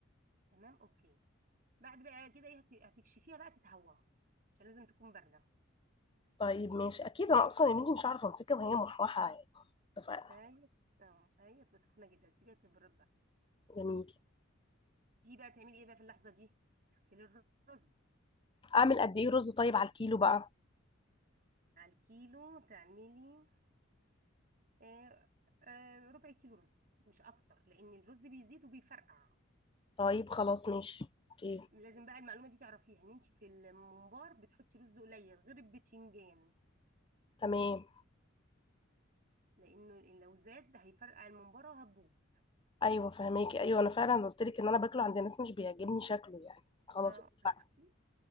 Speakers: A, on the right; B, on the left.
A: تمام اوكي بعد بقى كده ايه هت- هتكشفيها بقى تتهوى عشان لازم تكون باردة
B: طيب ماشي اكيد انا اصلا يا بنتي مش عارفه امسكها وهي محوحه يعني اتفقنا
A: ايوه اه ايوه تبقى سخنة جدا سيبيها تبرد بقى
B: جميل
A: دي بقى تعملي ايه بقى في اللحظة دي تغسلي الرز
B: اعمل قد ايه رز طيب على الكيلو بقى
A: على الكيلو تعملي آه، آه، ربع كيلو رز مش اكتر لان الرز بيزيد وبيفرقع
B: طيب خلاص ماشي اوكي
A: لازم بقى المعلومه دي تعرفيها ان انت في الممبار بتحطي رز قليل غير البتنجان
B: تمام
A: لانه إن لو زاد ده هيفرقع الممباره وهتبوظ
B: ايوه فهماكي ايوه انا فعلا قلت لك ان انا باكله عند ناس مش بيعجبني شكله يعني خلاص
A: اه
B: اتفقنا
A: هتغسلي